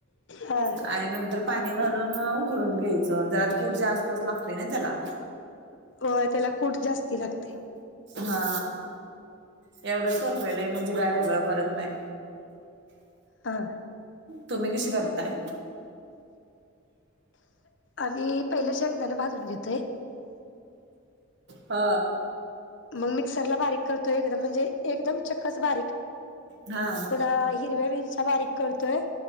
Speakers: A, on the left; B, on the right.
A: ह
B: आणि नंतर पाणी घालून उकळून घ्यायचं जरता कूठ जास्तच लागते ना त्याला.
A: होय त्याला कूट जास्ती लागते.
B: हा. एवढंच करतोय लई म्हणजे काय वेगळं करत नाही.
A: हा
B: तुम्ही कशी करताय?
A: आम्ही पहिले शेंगदाणे भाजून घेतो,
B: हा
A: मग मिक्सरला बारीक करतो एकदम म्हणजे एकदम चक्कस बारीक.
B: हा
A: पुन्हा हिरव्या मिरच्या बारीक करतोय